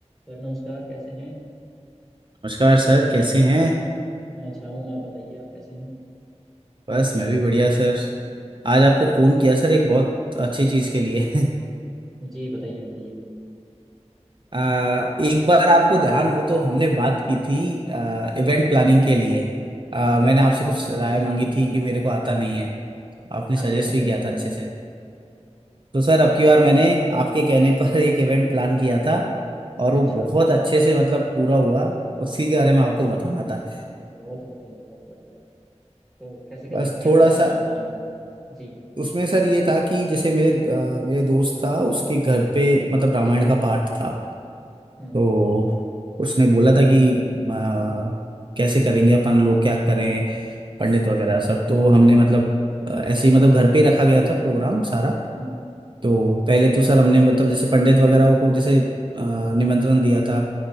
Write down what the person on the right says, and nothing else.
नमस्कार सर कैसे हैं
बस मैं भी बढ़िया सर आज आपको
फोन
किया सर एक बहुत अच्छी चीज के लिए
<laughs> आ, एक बार आपको ध्यान हो तो हमने बात की थी आ, इवेंट प्लानिंग के लिए आ, मैंने आपसे कुछ
राय
मांगी
थी कि मेरे को आता नहीं है आपने
सजेस्ट
भी
किया
था अच्छे से तो सर अब
की बार मैंने
आपके कहने पर <laughs> एक इवेंट प्लान किया था और
वो बहुत अच्छे से मतलब पूरा हुआ उसी के बारे में आपको बताना था
बस
थोड़ा
सा
उसमें सर ये था कि जैसे मेरे अ, मेरे दोस्त था उसके घर पे मतलब रामायण का पाठ था
तो उसने बोला था कि अ, कैसे करेंगे अपन लोग क्या करें पंडित वगैरह सब तो हमने मतलब अ, ऐसे ही मतलब घर पे ही रखा गया था प्रोग्राम सारा
तो पहले तो सर हमने मतलब जैसे पंडित वगैरह को जैसे अ, निमंत्रण दिया था